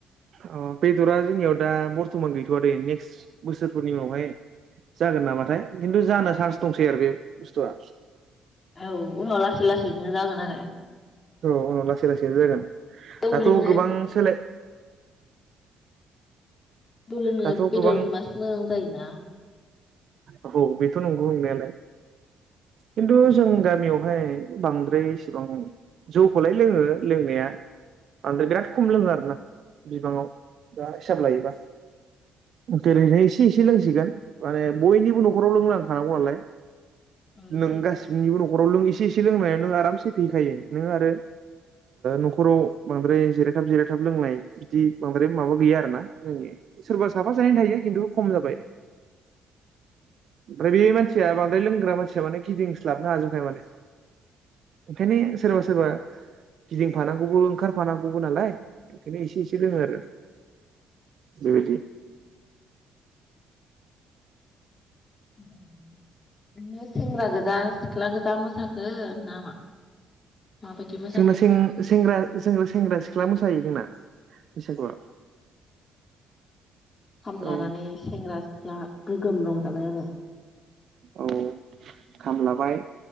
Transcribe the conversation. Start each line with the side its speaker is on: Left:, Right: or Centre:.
Right: अ बेदरा जोंनियाव दा बर्थ'मान गैथ'वा दे नेक्स्ट बोसोरफोरनि उनावहाय जागोन नामाथाय खिन्थु जानो चान्स दंसै आरो बे बुस्थुआ
Left: औ उनाव लासै लासैनो जागोन आरो
Right: औ उनाव लासै लासैनो जागोन
Left: जौ
Right: दाथ'
Left: लोंनो
Right: गोबां सोलाय
Left: जौ लोंनो
Right: दाथ'
Left: बेदर
Right: गोबां
Left: मोनबासो मोजां जायोना?
Right: औ बेथ' नंगौ नंनायालाय खिन्थु जों गामियावहाय बांद्राय इसेबां जौखौलाय लोङो लोंनाया बांद्राय बिराद खम लोङो आरोना बिबाङाव बा हिसाब लायोबा ओरैनो एसे एसे लोंसिगोन माने बयनिबो न'खराव लोंलांखानांगौ नालाय
Left: औ एसे
Right: नों
Left: एसे
Right: गासिनिबो न'खराव लोङै एसे एसे लोंनायाव नों आरामसे फेखायो नों आरो न'खराव बांद्राय जिरायथाब जिरायथाब लोंनाय बिदि बांद्राय माबा गैया आरो ना जोंनिया सोरबा
Left: औ
Right: साफा सानै थायो खिन्थु खम जाबाय बे मानसिया बांद्राय लोंग्रा मानसिया माने गिदिंस्लाबनो हाजोबखाय माने ओंखायनो सोरबा सोरबा गिदिंफानांगौबो ओंखारफानांगौबो नालाय ओंखायनो एसे एसे लोङो आरो बेबायदि
Left: नोंनियाव सेवराज गोजा सिख्ला गोजा मोसाखो नामा माबायदि मोसाखो
Right: जोंनिथिं सेंग्रा जों सेंग्रा सिख्ला मोसायो जोंना बैसागुआ
Left: खाम लानानै
Right: औ
Left: सेंग्रा सिख्ला गोगोम रंजाबाय आरो
Right: औ खाम लाबाय